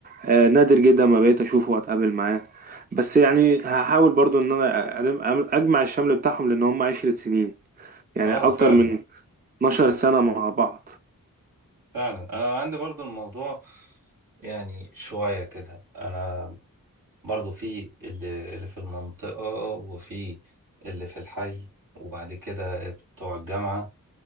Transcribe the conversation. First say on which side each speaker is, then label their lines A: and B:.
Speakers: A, on the right; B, on the right.
A: آه نادر جدا ما بقيت اشوفه واتقابل معاه بس يعني هحاول برضو ان انا أ- أ- اجمع الشمل بتاعهم لان هم عشرة سنين يعني
B: اه
A: اكتر
B: فعلا
A: من 12 سنه مع بعض
B: فعلا انا عندي برضو الموضوع يعني شوية كده انا برضو في اللي اللي في المنطقة وفي اللي في الحي وبعد كده بتوع الجامعة